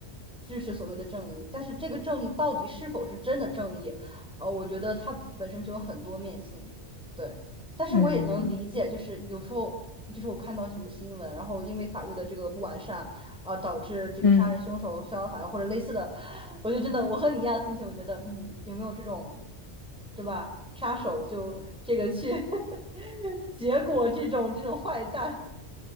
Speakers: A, in the centre; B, on the left (about 35°).
A: 支持所谓的正义。但是这个正义到底是否是真的正义，呃，我觉得它本身就有很多面性。对，但是我也能理解，
B: 嗯嗯。
A: 就是有时候就是我看到什么新闻，然后因为法律的这个不完善。啊、导致这个杀人凶手逍遥法外或者类似的，
B: 嗯
A: 我就真的我和你一样的心情，我觉得嗯，有没有这种，对吧？杀手就这个去 <laughs> 结果这种这种坏蛋，